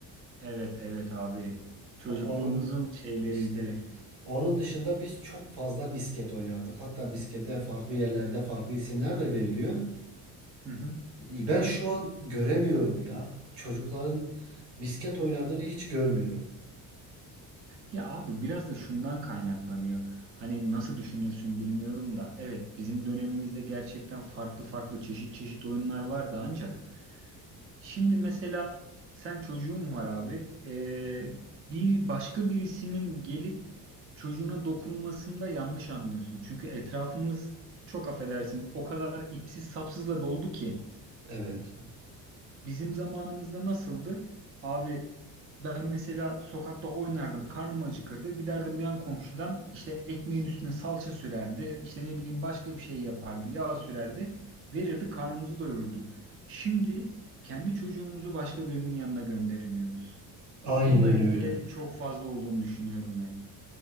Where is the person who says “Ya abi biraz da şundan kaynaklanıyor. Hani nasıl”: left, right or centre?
Right